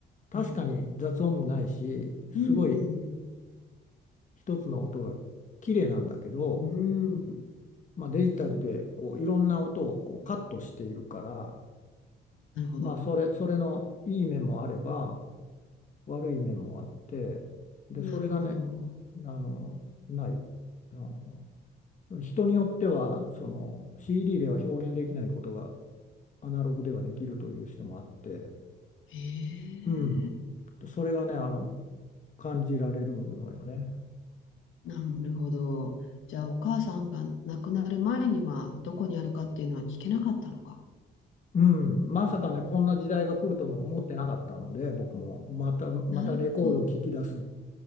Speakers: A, on the left; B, on the left.
A: 確かに雑音もないし、
B: うん。
A: すごい
B: うんうん。
A: 一つの音が綺麗なんだけど、
B: うん。
A: まあ、デジタルでこういろんな音をこうカットしているから、
B: なるほど。
A: まあ、それ、それのいい面もあれば悪い面もあって、で、
B: なるほど。
A: それがね、あの、ない。あの、人によってはその CD では表現できないことがアナログではできるという人もあって、
B: へえ、
A: うん。それがね、あの、感じられるのよね。
B: なるほど。じゃあ、お母さんが亡くなる前には、どこにあるかっていうのは聞けなかったのか。
A: うん。まさかね、こんな時代が来るとも思ってなかったので、僕も、また、またレコードを聴き出す
B: なるほど。